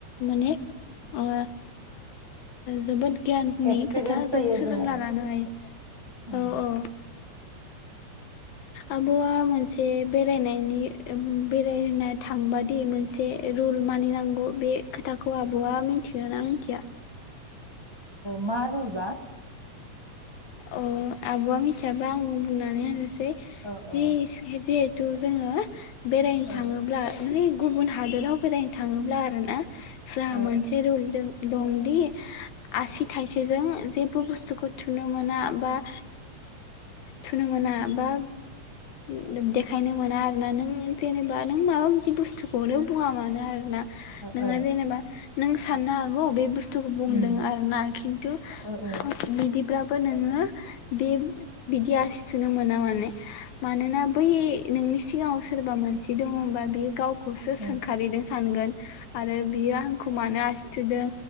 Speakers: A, on the left; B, on the right.
A: माने ओ जोबोद गियाननि
B: एक्सपिरियेन्स
A: खोथाजों
B: जायो
A: सोलोंना
B: जोङो
A: लानो हायो
B: उम
A: औ औ आबौआ मोनसे बेरायनायनि बेरायनो थांबादि मोनसे रुल मानिनांगौ बे खोथाखौ आब'आ मिथिगोन ना मिथिया
B: मा रुलजा
A: अ आब'आ मिथियाबा आं बुंनानै होनसै
B: औ
A: जि
B: औ
A: जे थ जोंङो बेरायनो
B: ओ
A: थांङोब्ला माने गुबुन हादोराव बेरायनो थांङोब्ला आरो ना जोंहा
B: ओ
A: मोनसे रुल दं दंदि आसि थायसेजों जेबो बुस्थुखौ थुनो मोना बा थुनो मोना बा देखायनो मोना आरोना नों जेनेबा नों माबा बिदि बुस्थुखौनो बुंङा मानो आरो ना
B: ओ
A: नोंङो
B: ओ
A: जेनेबा नों साननो हागौ बे बुस्थु बुंदों
B: उम
A: आरो ना खिन्थु
B: ओ ओ
A: बिदि फोराबो नोङो बे बिदि आसि थुनो मोना माने मानोना बै नोंनि सिगाङाव सोरबा मानसि दंङ होनबा बियो गाव खौसो
B: ओ
A: सोंखारिदों
B: अ
A: सानगोन आरो बियो आंखौ मानो आसि थुदों